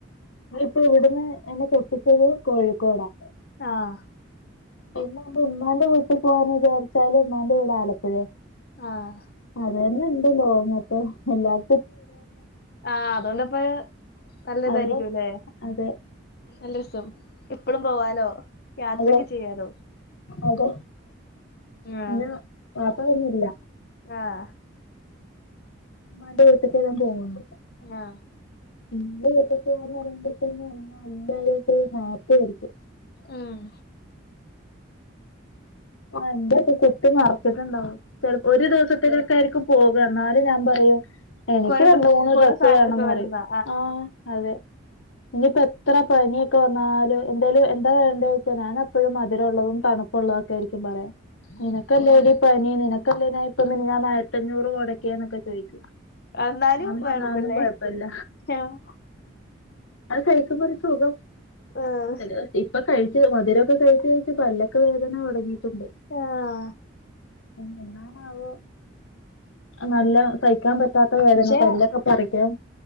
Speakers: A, on the left; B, on the left.
A: ങ്ങളിപ്പൊ ഇവിടുന്ന് എന്നെ കെട്ടിച്ചത് കോഴിക്കോടാ
B: ആഹ്
A: പിന്നെൻ്റെ ഇമ്മാന്റെ വീട്ടി പോകാന്ന് വിചാരിച്ചാല് ഇമ്മാന്റെ വീട് ആലപ്പുഴെ
B: ആഹ്
A: അതന്നെഇണ്ട് ലോങ്ങ് അപ്പൊ എല്ലാർ
B: ആഹ് അതോണ്ട്പ്പൊ നല്ലതായിരിക്കുംല്ലേ
A: അതെ അതെ
B: നല്ല രസം എപ്പഴും പോവാലോ യാത്രക്കെ
A: അതെ
B: ചെയ്യാലോ
A: അതെ
B: ആഹ്
A: ഇഞ് വാപ്പ വര്ന്നില്ല
B: ആഹ്
A: ഇമ്മാൻ്റെ വീട്ട്ക്ക് എല്ലാരും പോവ്ണ്ട്
B: ആഹ്
A: ഇന്റെ വീട്ടിക്ക്ന്ന് എന്ന് പറയുമ്പോ തന്നെ <unintelligible> ഹാപ്പിയിരിക്കും
B: ആഹ്
A: ആഹ് ഇന്റൊക്കെ കുത്തി നെറച്ചിട്ടുണ്ടാവും ചെലപ്പോ ഒരു ദിവസത്തിനൊക്കെ ആയിരിക്കും പോക എന്നാലും ഞാൻ പറയും എനിക്ക്
B: കൊറെ
A: രണ്ട്
B: ഡ്രസ്
A: മൂന്ന്
B: കൊറെ
A: ഡ്രസ്സ്
B: സാധനങ്ങളൊക്കെ
A: വേണംന്ന് പറയും
B: വേണന്നാ
A: ആഹ് അതെ ഇനിയിപ്പോ എ ത്ര പനിയൊക്കെ വന്നാലു എന്തേലും എന്താ വേണ്ടോയ്ച ഞാൻ അപ്പഴും മധുരമുള്ളതും തണുപ്പുള്ളതുംക്കെയിരി ക്ക്യും പറയാ നിനക്കല്ലേടി പനി നിനക്കല്ലേ ഞ ഇപ്പം മിനിഞ്ഞാന്ന് ആയിരത്തഞ്ഞൂറ് മൊടക്കിയേന്നൊക്കെ ചോയ്ക്കും
B: എന്നാലും
A: ഞാനും പറഞ്ഞ്
B: വേണന്നല്ലേ
A: അതൊന്നും കൊഴപ്പല്ല
B: ആഹ്
A: അത് കഴിക്കുമ്പോ ഒര് സുഖം
B: ഏഹ്
A: <unintelligible> ഇപ്പൊ കഴിച്ച് മധുരൊക്കെ കഴിച്ച് കഴിച്ച് പല്ലൊക്കെ വേദന തൊടങ്ങി ട്ട്ണ്ട്
B: ആഹ്
A: പ്പഞ്ഞെന്നാണാവോ നല്ലം സയിക്കാൻ പ റ്റാത്ത വേദന
B: പക്ഷെ
A: പല്ലൊക്കെ പറിക്കണം